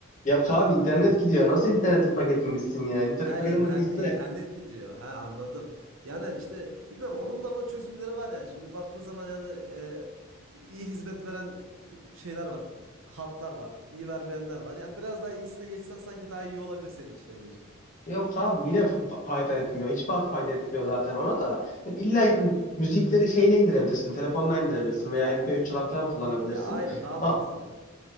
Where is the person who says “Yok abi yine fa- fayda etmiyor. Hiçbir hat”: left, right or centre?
Left